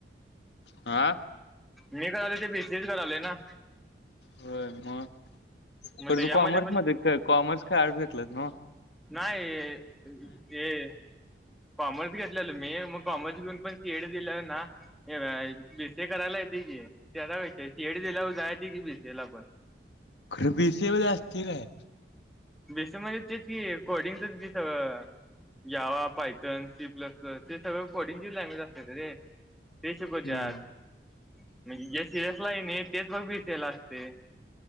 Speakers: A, on the left; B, in the centre.
A: आ
B: मी करालोय ते बीसीएच करालोय ना
A: होय मग
B: मग
A: पर
B: त्याच्यामध्ये
A: तू कॉमर्स
B: पण
A: मध्ये का कॉमर्स काय आर्टस घेतलास न्हव
B: नाही हे कॉमर्स घेतलेल मी मग कॉमर्स घेऊन पण पेढ दिल ना हे बीसीए करायला येते की त्या क सीएड दिल्या जायेत की बीसीए ला पण
A: खरं बीसीए मध्ये असतय काय?
B: बीसीए मध्ये तेच की कोडिंगचच की सगळं Java Python C plus plus हे सगळं कोडिंगचीच लँग्वेज असते रे ते शिकवत्यात
A: हम्म
B: म्हणजे सियस लाई आय नाही तेच मग बीसीएला असते